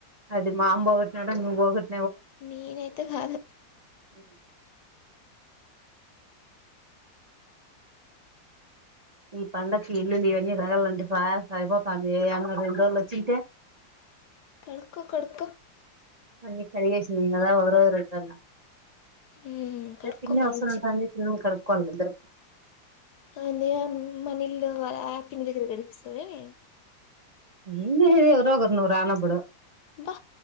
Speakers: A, on the right; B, on the left.
A: అది మాంమ్ బోగొట్నాడ నువ్వు పోగట్
B: నీనైతే కాదు.
A: ఉమ్ ఈ పండకి ఇల్లు ఇవన్నీ సదరాలంటే సరిపోతుంది ఏన్న రెండు రోజులు వచ్చి ఉంటే
B: కడుక్కో కడుక్కో
A: అన్ని కడిగేసినం కదా ఒకరోజు రెండు రోజుల
B: ఉమ్, కడుక్కో
A: ఆ పిన్ని
B: మంచిగా
A: వస్తానటది ఇద్దరం కడుక్కోవాలి ఇద్దరం
B: ఏంది మన ఇల్లు కాదా ఆ పిన్ని దగ్గర గడిపిస్తావా ఏమి
A: నేమి ఎవరో ఒకరు నువ్వు రానప్పుడు
B: అబ్బా